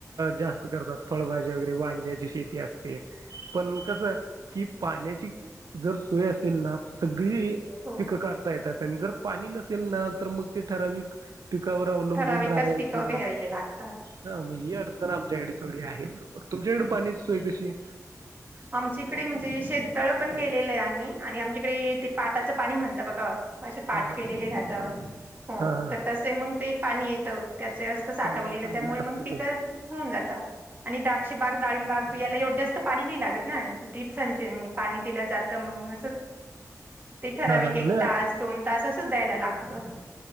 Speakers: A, on the right; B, on the right.
A: जास्त करतात, फळभाज्या वगैरे वांग्याची शेती असते पण कस कि पाण्याची जर सोय असेल ना स गली
B: हो
A: पिक काढता येतात. तम जर <inaudible> पाणी नसेल ना तर मग ते ठराविक. पिकावर अवलंबून
B: ठराविकच
A: राहायचं,
B: पिकं घ्यायला लागतं
A: ह मग ही अडचण आमच्याकडे थोडी आहे. तुमच्याकडे पान्याची सोय कशी आहे.
B: आमच्या इकडे म्हणजे शेततळ पण केलेलं आहे आम्ही आणि आमच्याकडे ते पाटाचं पाणी म्हणता बघा. असे पाठ
A: हा हा
B: केलेले राहत हो
A: हा हा
B: तर तसे मग ते. पाणी येतो त्याच असत साठवलेलं
A: कॅनलचं वगैरे
B: त्यामुळे मग
A: असतं
B: पिक
A: ते
B: होऊन जात आणि द्रक्ष बा दाडीम बघगले ए जास्त पाणी नाही लागत ना ट्रिप्सांचे पाणी दिलं जात मग अस ते ठराविक
A: हा हा
B: एक
A: नाही
B: तास दोन तास अस द्यायला लागतं.